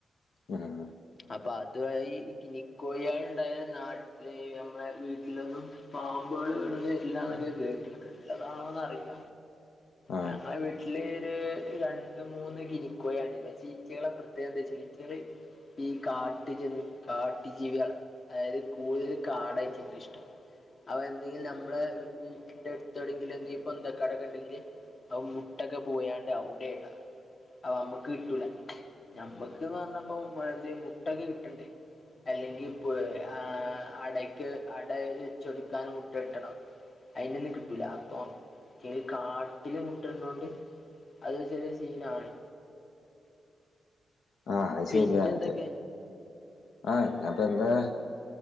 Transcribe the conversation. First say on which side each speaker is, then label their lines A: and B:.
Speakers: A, on the left; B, on the left.
A: <unintelligible>
B: അപ്പൊ അതവാ ഈ ഗിനിക്കോഴികള് ഉണ്ടായ നാ ല്ലേ ഈ നമ്മടെ വീട്ടിലൊന്നും പാമ്പ്കള് വരില്ലാന്നെക്കെ കേട്ട്ക്ക്ണ്. ല്ലതാണോന്നറില്ല,
A: ആഹ്
B: ഞങ്ങടെ വീട്ടില് രണ്ട് മൂന്ന് ഗിനിക്കോഴി <unintelligible> ഈറ്റകളുടെ പ്രത്യേകത എന്താച്ചാ ഈറ്റകള് ഈ കാട്ടുജ കാട്ടുജീവിയാണ്, അതായത് കൂടുതൽ കാടായിരിക്കും അയിന് ഇഷ്ട്ടം. അവ എന്തെങ്കിലും നമ്മട വീട്ടിന്റെ അടുത്ത് എവിടെങ്കിലും എന്തെങ്കിലും പൊന്തക്കാടൊക്കെ ഉണ്ടെങ്കില് ആ മുട്ടയൊക്കെ പോയാണ്ട് അവിടാ ഇടുക. ആഹ് നമ്മക്ക് കിട്ടൂല, ഞമ്മക്ക്ന്ന് പറഞ്ഞപ്പോ, മുട്ടക്കെ കിട്ടണ്ടേ. അല്ലെങ്കിൽ, പ് ആ അടക്ക്, അട വച്ചൊടുക്കാൻ മുട്ട കിട്ടണം. അയിൻ്റുള്ളിൽ, കിട്ടൂല്ല, അപ്പോ ഈ കാ കാട്ടില് മുട്ടിടുന്നണ്ട് അത് ചെറിയ സീനാണ്.
A: ആഹ് അത്
B: പിന്നെന്തൊക്കെ
A: ശരിയാ അതെ ആഹ് എന്നപ്പൊ എന്താ